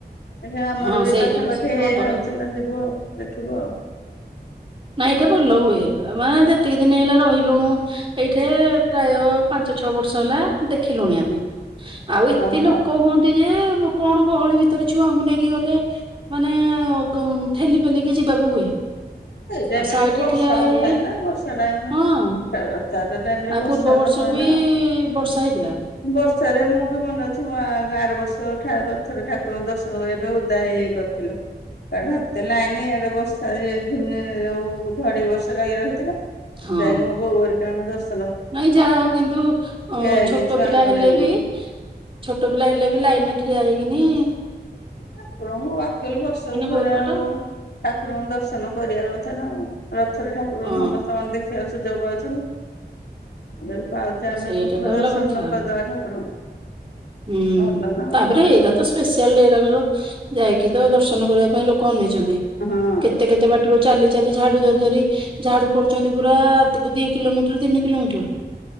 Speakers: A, on the left (about 70°); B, on the right (about 30°).
A: ଏବେ ଆମର
B: ହଁ
A: ବି
B: ସେଇଟା
A: ପାଖାପାଖି
B: ସବୁ
A: ଇ
B: ତ ହବ
A: ହଉଛି ନା ଯିବୁ ଆଉ ଦେଖିବୁ ଆଉ।
B: ନାଇ ଏଇଠେ ଭଲ ହୁଏ ବା ଯେତିକି ଦିନ ହେଲା ରହିଲୁଣୁ ଏଇଠେ ପ୍ରାୟ ପାଞ୍ଚ ଛଅ ବର୍ଷ ହେଲା ଦେଖିଲୁଣି ଆମେ। ଆଉ ଏତେ
A: ଓହୋ
B: ଲୋକ ହୁଅନ୍ତି ଯେ କଣ ଗହଳି ଭିତରେ ଛୁଆଙ୍କୁ ନେଇ କି ଗଲେ ମାନେ ଠେଲି ପେଲିିକି ଯିବାକୁ ହୁଏ।
A: ଏଇ ଟାଇମରେ
B: ଆଉ ସାଇଡରେ
A: ବି ବର୍ଷା
B: ଠିଆ ହେଇ
A: ହଉଥାଏ ନା ବର୍ଷା ଟାଇମ୍
B: ହଁ
A: ଟା ତାଟା ଟାଇମରେ
B: ଆଉ
A: ବର୍ଷା
B: ପୂର୍ବ ବର୍ଷ
A: ତ ହୁଏ
B: ବି
A: ନା
B: ବର୍ଷା ହେଇଥିଲା
A: ବର୍ଷାରେ ମୁଁ ବି ମନେ ଅଛି ଆ ଗାଁ ରେ ବର୍ଷା <unintelligible> ରଥରେକୁରଙ୍କ ଦର୍ଶନ କରିବା ପାଇଁ ଓଦା ହେଇଯାଇ କରିଥିଲ କାଡ ହାତେ ଲାଇନ ଇଆଡେ ବର୍ଷା ଯେ ଆଉ ଝଡ଼ି ବର୍ଷ ରଇ ରହିଥିଲା।
B: ହଁ
A: ଯାଇକି ମୁଁ ବୋଉ ଘରେ କାମ ଦଶ
B: ନାଇଁ ଯାହା ହଉ କିନ୍ତୁ ଅ
A: ହେଇକି
B: ଛୋଟ
A: ଛୁଆଙ୍କୁ
B: ପିଲା ହେଲେ
A: ନେଇକି।
B: ବି ଛୋଟ ପିଲା ହେଲେ ବି ଲାଇନ୍‌ରେ ଠିଆ ହେଇ କିିନି
A: ଠାକୁରଙ୍କୁ ଆକ୍ଚଲି ବର୍ଷକୁ ଥରେ
B: ବହୁତ ବାଟ
A: ଆଉ ଠାକୁରଙ୍କୁ ଦର୍ଶନ କରିବା କଥା ନା ଆଉ। ରଥ ର ଠାକୁର
B: ହଁ
A: ସମସ୍ତେ କନ୍ ଦେଖି ସୁଯଗ ପାଉଛନ୍ତି। ପାଉଛେ ଆମେ
B: ସେଇଟା
A: ଆମେ
B: ତ ହେଲା
A: ଦର୍ଶନ
B: କଥା
A: କରିଦବା ଠାକୁରଙ୍କୁ
B: ହୁଁ
A: ଭଲ ନା ଆଉ।
B: ତାପରେ ଏଇରା ତ ସ୍ପେଶାଲ ଡେ ରା ଯାଇକି ତ ଦର୍ଶନ କରିବା ପାଇଁ ଲୋକ ଅନେଇ ଛନ୍ତି
A: ହଁ
B: କେତେ କେତେ ବାଟରୁ ଚାଲି ଚାଲି ଝାଡ଼ୁ ଧରି ଧରି ଝାଡ଼ୁ କରୁଛନ୍ତି ପୁରା ଦି କିଲୋମିଟର ତିନି କିଲୋମିଟର